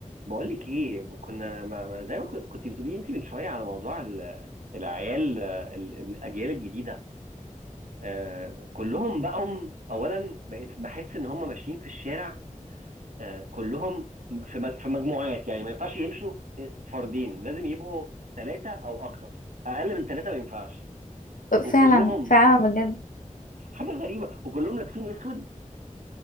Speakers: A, on the right (about 75°); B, on the left (about 80°).
A: بقول لك ايه كنا ما ما- زي ما كن- كنت بتقولي انت من شويه على موضوع ال- العيال آه، ال- الاجيال الجديده آه، كلهم بقوا اولا بقيت بحس ان هم ماشيين في الشارع آه، كلهم في مج- في مجموعات يعني ما ينفعش يمشوا آه، فردين لازم يبقوا ثلاثه او اكتر اقل من ثلاثه ما ينفعش وكلهم
B: فعلا فعلا بجد
A: حاجه غريبه وكلهم لابسين اسود